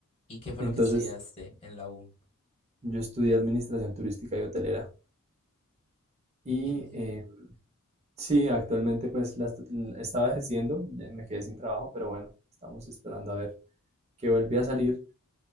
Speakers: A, on the left; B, on the right.
A: ¿Y qué fue
B: entonces,
A: lo que estudiaste en la U?
B: yo estudié administración turística y hotelera y
A: Genial.
B: eh, Sí, actualmente pues la est- estaba ejerciendo, ya me quedé sin trabajo, pero bueno, estamos esperando a ver que vuelve a salir.